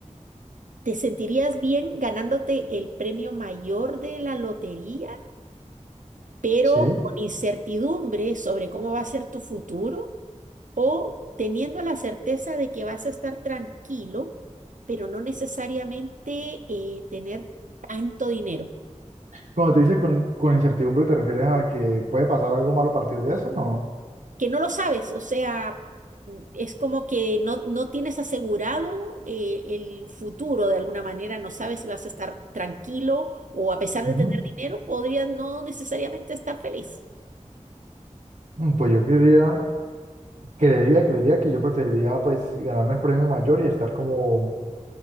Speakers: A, on the right (about 85°); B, on the right (about 70°).
A: ¿Te sentirías bien ganándote el premio mayor de la lotería, pero
B: Sí.
A: con incertidumbre sobre cómo va a ser tu futuro? ¿O teniendo la certeza de que vas a estar tranquilo, pero no necesariamente eh, tener tanto dinero?
B: Cuando te dices con, con incertidumbre, ¿te refieres a que puede pasar algo malo a partir de eso? No.
A: que no lo sabes, o sea, es como que no, no tienes asegurado eh, el futuro de alguna manera, no sabes si vas a estar tranquilo o a pesar
B: Ujú.
A: de tener dinero, podrías no necesariamente estar feliz.
B: Mm, Pues yo creería, creería, creería que yo preferiría pues ganarme el premio mayor y estar como,